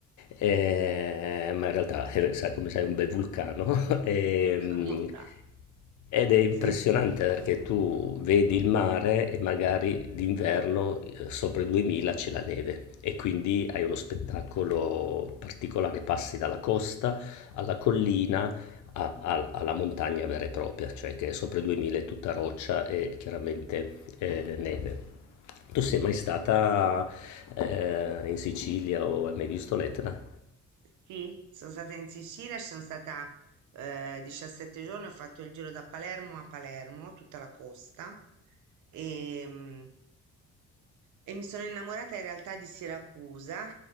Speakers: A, on the left; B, on the right.
A: eh,
B: Sì.
A: ma in realtà, eh, sa- come sai, è un bel vulcano
B: <laughs>
A: <laughs> <laughs> E,
B: Comunità,
A: ed è impressionante
B: sì.
A: perché tu vedi il mare e magari d'inverno eh, sopra i 2000 c'è la neve e quindi hai uno spettacolo particolare, passi dalla costa alla collina a- a- alla montagna vera e propria, cioè che sopra i 2000 è tutta roccia e chiaramente eh, neve. Tu sei mai stata eh, in Sicilia o hai mai visto l'Etna?
B: Sì, sono stata in Sicilia, ci sono stata eh, 17 giorni, ho fatto il giro da Palermo a Palermo, tutta la costa, e, mm, e mi sono innamorata in realtà di Siracusa,